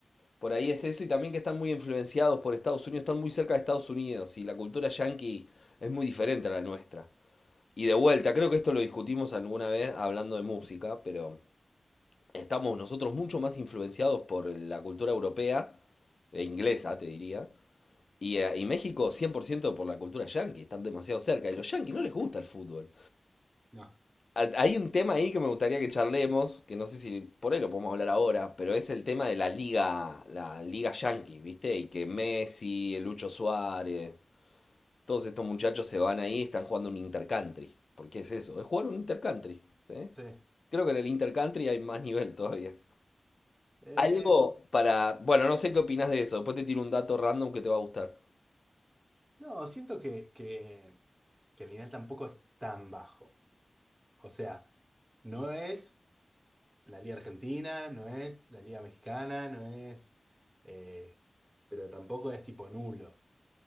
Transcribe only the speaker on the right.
No.
Sí.
Eh,
no, siento que, que, que el nivel tampoco es tan bajo. O sea, No es la Liga Argentina, no es la Liga Mexicana, no es. eh, pero tampoco es tipo nulo.